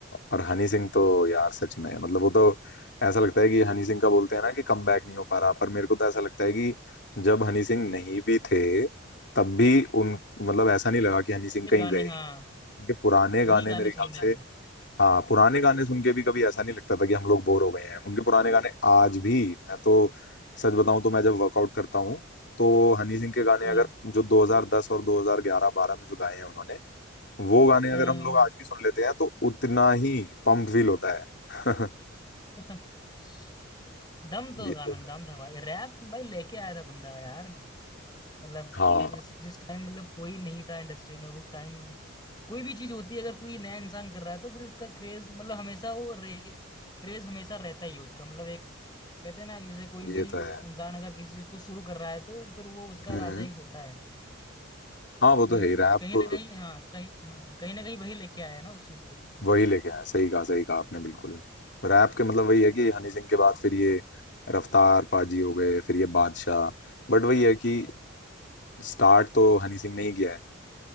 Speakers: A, on the left; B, on the left.
A: और हनी सिंह तो यार सच में मतलब वो तो ऐसा लगता है कि हनी सिंह का बोलते हैं ना कि कम बैक नहीं हो पा रहा पर मेरे को तो ऐसा लगता है कि जब हनी सिंह नहीं भी थे तब भी उन मतलब ऐसा नहीं लगा कि हनी सिंह
B: ये
A: कहीं
B: गाने
A: गए
B: हाँ
A: उनके पुराने गाने
B: वही गाने
A: मेरे
B: सुन
A: ख्याल
B: रहे
A: से
B: थे हम।
A: हाँ पुराने गाने सुन के भी कभी ऐसा नहीं लगता था कि हम लोग बोर हो गए हैं उनके पुराने गाने आज भी मैं तो सच बताऊं तो मैं जब वर्कआउट करता हूँ तो हनी सिंह के गाने
B: हाँ
A: अगर जो 2010 और 2011 12 में जो गाए हैं उन्होंने वो गाने अगर
B: हाँ
A: हम लोग आज भी सुन लेते हैं तो उतना ही पम्प फील होता है <laughs>
B: <laughs> दम तो
A: ये
B: गाना
A: तो है
B: दम था भाई रैप भाई लेके आया था बंदा यार मतलब
A: हाँ
B: जिस जिस टाइम मतलब कोई नहीं था इंडस्ट्री में उस टाइम कोई भी चीज होती है अगर कोई नया इंसान कर रहा है तो फिर उसका क्रेज मतलब हमेशा वो रे क्रेज हमेशा रहता ही है उसका मतलब एक कहते हैं ना कि जैसे कोई
A: ये
B: भी
A: तो है
B: इंसान अगर किसी चीज को शुरू कर रहा है तो फिर वो उसका
A: हम्म
B: राजा ही होता है
A: हाँ वो तो
B: क्योंकि
A: है ही रैप
B: कहीं ना कहीं हाँ कहीं हाँ कहीं ना कहीं वही लेके आया है ना उस चीज को
A: वही लेके आया सही कहा सही कहा आपने बिल्कुल रैप के मतलब वही है कि हनी सिंह के बाद फिर ये रफ्तार पाजी हो गए फिर ये बादशाह बट वही है कि
B: तो
A: स्टार्ट तो हनी सिंह ने ही किया है